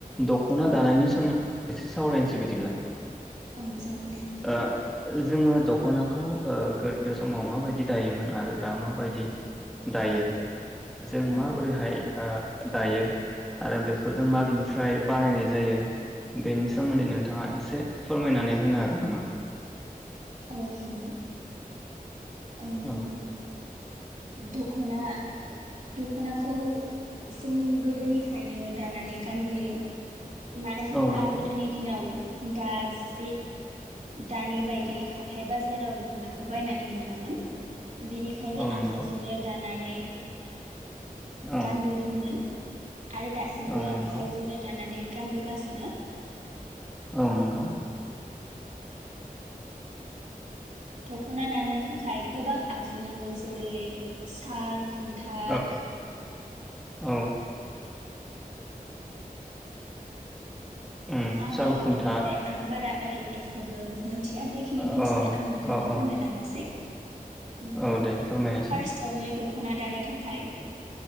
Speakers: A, in the centre; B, on the right (about 55°).
A: दखना
B: औ
A: दानायनि सोमोन एसे सावरायनोसै बिदिब्ला
B: औ जागोन दे।
A: ओ जोङो दखनाखौ ओ गोदो समाव माबायदि दायोमोन आरो दा माबायदि दायो जों
B: औ
A: माबोरैहाय ओ दायो आरो बेखौ जों माबेनिफ्राय बानायनाय जायो बेनि सोमोन्दै नोंथाङा एसे फोरमायनानै होनो हागोन नामा?
B: औ हागोन। ओं
A: औ
B: दखना दखनाखौ जों गोदोनिफ्रायनो दाननानै गानबोयो। मानो होनब्ला
A: औ नंगौ
B: गोदोनि दिनाव दा जि दानि बायदि हाथाय बाजाराव दखनाखौ बायनानै मोनामोन। बेनिखायनो
A: औ
B: आ
A: नंगौ
B: हाथाय जोनो दा नानै
A: औ
B: गानबोदोंमोन। आरो दासिमबो
A: औ नंगौ
B: आखाइजोंनो दानानै गानबोगासिनो
A: औ नंगौ
B: दखना दाननो थाखाय गोबां आगजु नांगौ जेरै साल खु खुनथा
A: औ औ उम
B: मा
A: साल
B: मा थायोमोनथाय
A: खुन्था
B: आं बारा ओरै एसेबो मोनथि थिया जेखिनि
A: अ
B: मिथियो आं नोंथांनो
A: अ
B: फोरमायलांनोसै
A: अ
B: <inaudible> ओ
A: औ दे फोरमायनोसै
B: फारस्टआवनो दख खना दानो थाखाय